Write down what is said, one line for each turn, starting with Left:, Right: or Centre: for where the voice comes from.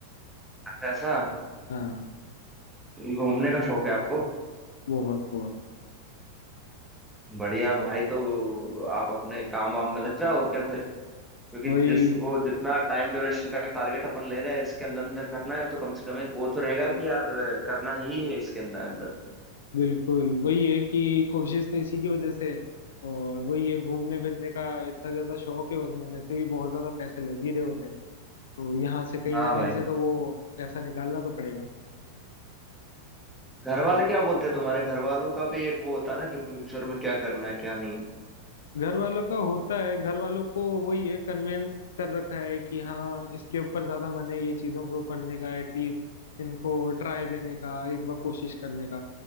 Centre: ऐसा
Left: हाँ
Centre: घूमने का शौक है आपको
Left: बहुत बहुत
Centre: बढ़िया भाई तो आप अपने काम वाम में लग जाओ और क्या क्योंकि
Left: वही
Centre: जिस वो जितना टाइम ड्यूरेशन का टारगेट अपन ले रहे हैं इसके अंदर अंदर करना है तो कम से कम एक वो तो रहेगा कि यार करना ही है इसके अंदर अंदर
Left: बिल्कुल वही है कि कोशिश तो इसी की वजह से है। और वही है घूमने फिरने का इतना ज्यादा शौक है उसमें वैसे भी बहुत ज्यादा पैसे लग ही रहे होते हैं तो यहाँ से कहीं
Centre: हाँ
Left: ना
Centre: भाई
Left: कहीं से
Centre: हाँ
Left: तो वो पैसा निकालना तो पड़ेगा
Centre: घर वाले क्या बोलते हैं तुम्हारे घर वालों का भी एक वो होता है ना कि फ्यूचर में क्या करना है क्या नहीं
Left: घर वालों का होता है घर वालों को वही है कन्वेंस कर रखा है कि हाँ इसके ऊपर ज्यादा मन है ये चीजों को करने का एटलीस्ट इनको ट्राई देने का एक बार कोशिश करने का